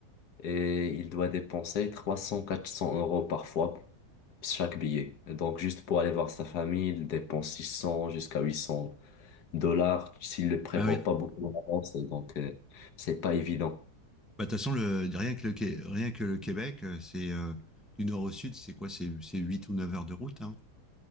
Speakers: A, on the left; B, in the centre.
A: et il doit dépenser 300, 400 euros parfois chaque billet. Et Donc, juste pour aller voir sa famille, il dépense 600 jusqu'à 800 dollars s'il ne le prévoit
B: Ah oui.
A: pas beaucoup en avance. Et donc, euh, c'est pas évident.
B: Bah, de toute façon, le, rien que le, Qué- rien que le Québec, euh, c'est euh, du nord au sud, c'est quoi? C'est c'est 8 ou 9 heures de route, hein.